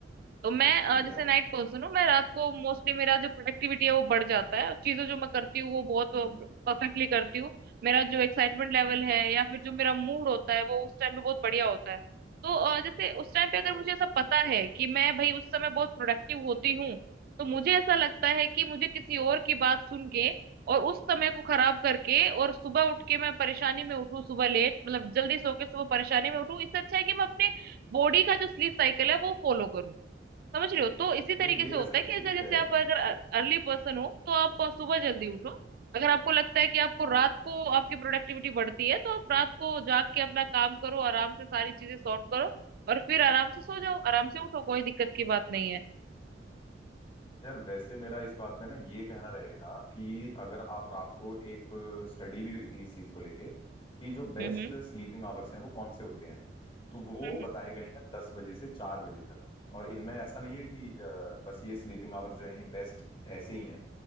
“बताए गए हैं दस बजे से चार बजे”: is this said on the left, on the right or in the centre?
Left